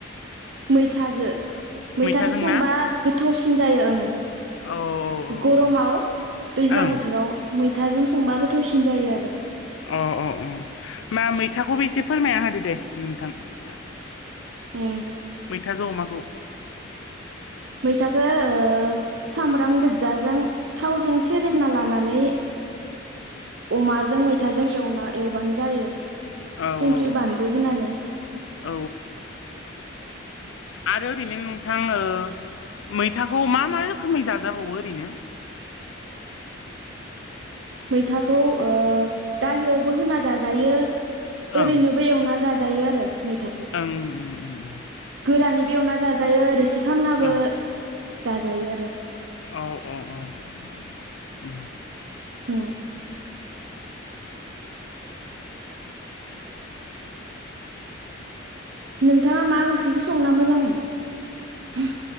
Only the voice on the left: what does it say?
मैथाजों
ना
औ
औ
ओं
अ अ अ मा मैथाखौबो एसे फोरमायना होदो दे नोंथां ।
मैथाजो अमाखौ ।
<inaudible>
औ
औ
औ आरो ओरैनो नोंथां ओ ओ मैथाखौ मा मा रोखोमै जाजाबावो ओरैनो?
ओं
ओं उम उम उम
औ
औ अ‌ अ उम ।